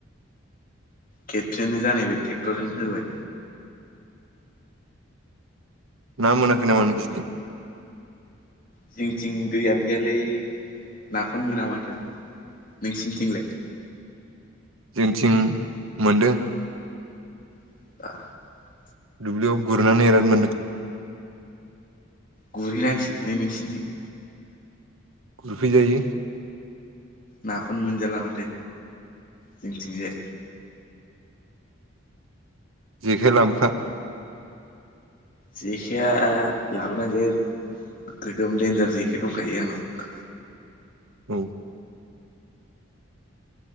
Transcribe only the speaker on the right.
ना मोनाखै नामा नोंसिनिजों
जोंनिथिं मोनदों
दुब्लियाव गुरनानै एराद मोनदों
गुरफैजायो
जेखाइ लाबोफा
औ